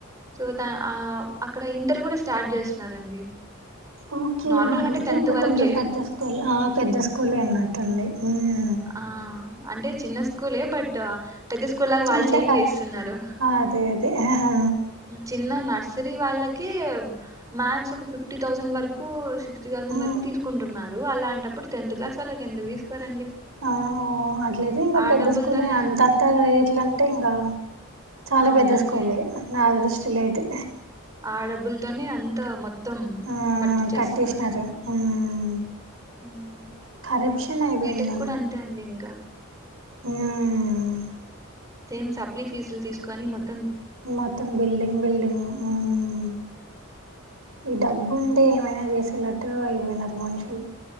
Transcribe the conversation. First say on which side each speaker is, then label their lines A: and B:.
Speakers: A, on the right; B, on the right.
A: చదువుతా ఆ అక్కడ ఇంటర్ కూడా స్టార్ట్ చేస్తున్నారండి
B: ఓకే
A: నార్మల్గా
B: అదయితే
A: అంటే టెన్త్
B: ఇంకా
A: వరకే
B: కొంచెం పెద్ద స్కూల్ ఆ పెద్ద స్కూల్ అన్నట్టుంది హ్మ్మ్
A: ఆ అంటే చిన్న స్కూలే బట్ పెద్ద స్కూల్ లాగా వాళ్ళు
B: అంటే
A: చేంజ్ చేస్తున్నారు
B: అదే అదే ఆహా.
A: చిన్న నర్స్ త్రీ వాళ్ళకి మ్యాథ్స్ ఒక ఫిఫ్టీ తౌసండ్ వరకు సి త్రీతౌసండ్
B: మ్మ్
A: వరకు తీసుకుంటున్నారు అలాంటప్పుడు టెన్త్ క్లాస్ వాళ్ళకి ఎందుకు తీసుకోరండి
B: ఆ ఓ అట్లయితే ఇంకా
A: ఆ
B: పెద్ద
A: డబ్బులతోనే
B: స్కూల్ అంతంతా రేట్లంటే ఇంగా చాలా
A: అవునండి
B: పెద్ద స్కూల్ యే నాద్ ఫస్ట్ లేదు
A: ఆ డబ్బులతోనే అంతా మొత్తం మొత్తం
B: ఆ
A: పట్టి చేస్తున్నారు
B: కట్టేసినారు మ్మ్
A: హ్మ్మ్
B: కరప్షన్ అయిపోయింది
A: బీటెక్ కూడా అంతే అండి ఇంకా.
B: హ్మ్మ్
A: సేమ్ సప్లిఫీజులు తీసుకొని మొత్
B: మొత్తం బిల్డింగ్ బిల్డింగ్ హ్మ్మ్ ఈ డబ్బు
A: మ్మ్.
B: ఉంటే ఏమైనా చేసేలా ఎటో అయిపోయినారు మనుషులు